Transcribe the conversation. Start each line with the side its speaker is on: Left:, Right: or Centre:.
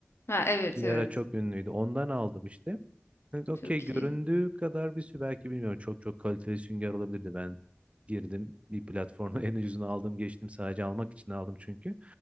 Left: Ha, evet
Right: Bir
Left: evet.
Right: ara çok ünlüydü. Ondan aldım işte. Evet, okey
Left: Çok
Right: göründüğü
Left: iyi.
Right: kadar bir sü belki bilmiyorum. Çok çok kaliteli sünger olabilirdi. Ben girdim bir platforma <laughs> en ucuzunu aldım geçtim. Sadece almak için aldım çünkü.